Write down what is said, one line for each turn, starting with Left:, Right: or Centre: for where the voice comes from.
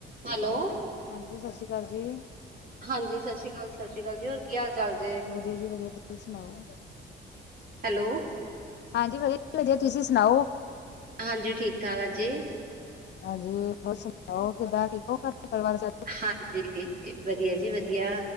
Right: Hello.
Left: Hello ਹਾਂਜੀ ਜੀ। ਸਾਸਰੀ ਕਾਲ ਜੀ।
Right: ਹਾਂਜੀ ਸਾਸੀ ਕਾਲ -ਸਾਸੀ ਕਾਲ ਜੀ। ਹੋਰ ਕੀ ਹਾਲ- ਚਾਲ ਜੇ?
Left: ਵਧੀਆ ਜੀ ਵਧੀਆ। ਤੁਸੀਂ ਸੁਣਾਓ। <inaudible>
Right: ਹੈਲੋ
Left: ਹਾਂਜੀ। ਵਧੀਆ -ਵਧੀਆ ਤੁਸੀਂ ਸੁਣਾਓ।
Right: ਹਾਂਜੀ ਠੀਕ -ਠਾਕ ਆ ਜੀ।
Left: ਹਾਂਜੀ ਹੋਰ ਸੁਣਾਓ। ਕਿੱਦਾਂ ਠੀਕ ਓ ਘਰ-ਪਰਿਵਾਰ ਸ
Right: ਹਾਂਜੀ। ਵਧੀਆ ਜੀ ਵਧੀਆ।